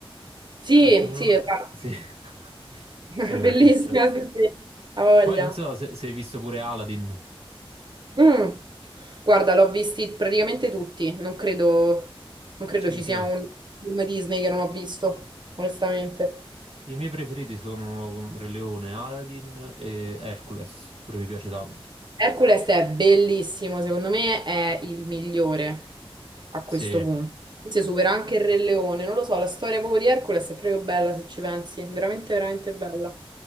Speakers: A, on the right (about 50°); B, on the right (about 80°).
A: Sì,
B: Hakuna
A: sì,
B: Matata,
A: esatto.
B: sì. <laughs>
A: <laughs>
B: Ero in
A: Bellissima,
B: fissa.
A: sì, sì, ha voglia.
B: Poi non so se, se hai visto pure Aladdin.
A: Mm. Guarda, l'ho visti praticamente tutti, non credo, non credo
B: Ce ne
A: ci
B: sia.
A: sia un film Disney che non ho visto, onestamente.
B: I miei preferiti sono Re Leone, Aladdin e Hercules. Pure mi piace tanto.
A: Hercules è bellissimo, secondo me è il migliore a questo
B: Sì.
A: punto. Forse supera anche il Re Leone, non lo so, la storia proprio di Hercules è proprio bella se ci pensi, veramente, veramente bella.